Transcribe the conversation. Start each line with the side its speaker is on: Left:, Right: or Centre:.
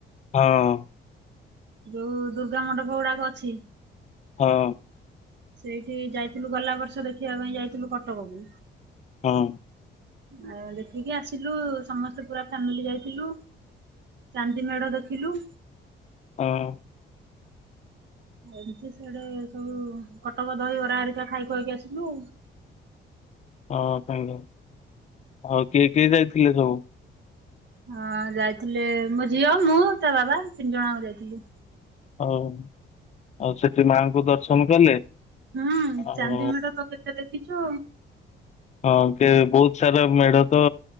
Left: ହଁ।
Right: ଯୋଉ ଦୁର୍ଗା ମଣ୍ଡପ ଗୁଡାକ ଅଛି।
Left: ହଁ।
Right: ସେଇଠି ଯାଇଥିଲୁ ଗଲା ବର୍ଷ ଦେଖିବା ପାଇଁ ଯାଇଥିଲୁ କଟକକୁ
Left: ହଁ।
Right: ଆଉ ଦେଖିକି ଆସିଲୁ ସମସ୍ତେ ପୁରା ଫ୍ୟାମିଲି ଯାଇଥିଲୁ ଚାନ୍ଦି ମେଢ ଦେଖିଲୁ।
Left: ହଁ।
Right: ଏମିତି ସେଆଡେ ସବୁ କଟକ ଦହିବରା ହେରିକା ଖାଇ ଖୁଆକି ଆସିଲୁ।
Left: ହଁ କିଏ କିଏ ଯାଇଥିଲେ ସବୁ?
Right: ହଁ ଯାଇଥିଲେ ମୋ ଝିଅ ମୁଁ ତା ବାବା ତିନି ଜଣ ଯାଇଥିଲୁ।
Left: ହଉ ଆଉ ସେଠି ମାଙ୍କୁ ଦର୍ଶନ କଲେ?
Right: ହୁଁ
Left: ଆଉ
Right: ଚାନ୍ଦିମେଢ ତ କେତେ ଦେଖିଛୁ।
Left: ହଁ କେ ବହୁତ ସାରା ମେଢ ତ